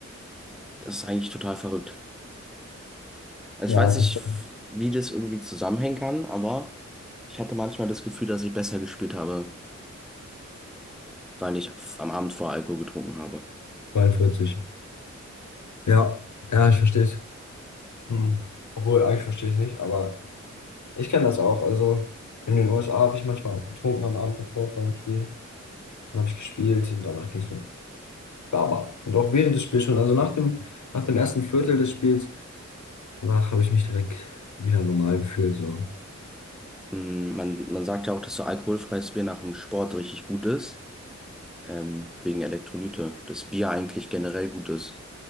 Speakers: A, in the centre; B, on the left.
A: das ist eigentlich total verrückt. Also
B: Ja,
A: ich weiß
B: sicher.
A: nicht, wie das irgendwie zusammenhängen kann, aber ich hatte manchmal das Gefühl, dass ich besser gespielt habe. weil ich f- am Abend vorher Alkohol getrunken habe.
B: 42. Ja, ja, ich verstehe es. Hm. Obwohl, eigentlich verstehe ich nicht, aber ich kenne das auch. Also in den USA habe ich manchmal auch getrunken am Abend davor vor dem Spiel. Dann habe ich gespielt und danach ging es mir Baba. Und auch während des Spiels schon, also nach dem, nach dem ersten Viertel des Spiels, danach habe ich mich direkt wieder normal gefühlt. So.
A: Mm, Man, man sagt ja auch, dass so alkoholfreies Bier nach dem Sport richtig gut ist, ähm, wegen Elektrolyte. Dass Bier eigentlich generell gut ist